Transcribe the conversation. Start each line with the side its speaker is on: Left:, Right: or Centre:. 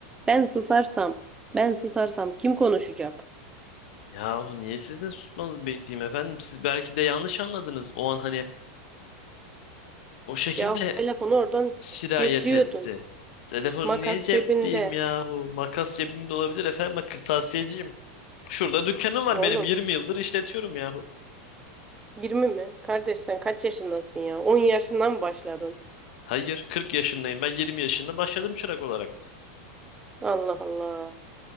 Right: Ben susarsam, ben susarsam kim konuşacak?
Left: Yahu niye sizin susmanızı bekleyeyim efendim? Siz belki de yanlış anladınız. O an hani o şekilde
Right: Yahu telefonu oradan
Left: sirayet
Right: cepliyordun.
Left: etti. Telefonu
Right: Makas
Left: niye cepliyim
Right: cebinde.
Left: yahu? Makas cebimde olabilir efendim. Bak kırtasiyeciyim. Şurada dükkanım var
Right: Oğlum
Left: benim 20 yıldır işletiyorum yahu.
Right: Yirmi mi? Kardeş sen kaç yaşındasın ya? 10 yaşından mı başladın?
Left: Hayır 40 yaşındayım ben 20 yaşında başladım çırak olarak.
Right: Allah Allah.